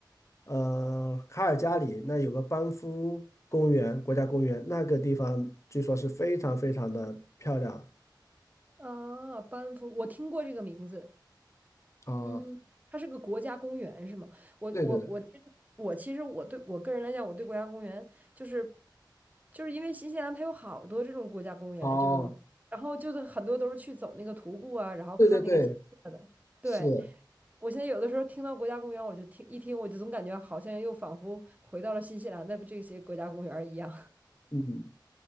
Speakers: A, on the left; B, on the right.
A: 呃卡尔加里那有个班夫公园，国家公园，那个地方据说是非常非常的漂亮
B: 啊！班夫，我听过这个名字，
A: 啊。
B: 嗯，它是个国家公园是吗？我我我其实我其实我对我个人来讲，
A: 对对对，
B: 我对国家公园就是就是因为新西兰它有好多这种国家公园，
A: 哦，
B: 这种然后就是很多都是去走那个徒步啊，然后看那个景色的，
A: 对对对，
B: 对。
A: 是，
B: 我现在有的时候听到国家公园，我就听一听，我就总感觉好像又仿佛回到了新西兰的这些国家公园儿一样。
A: 嗯，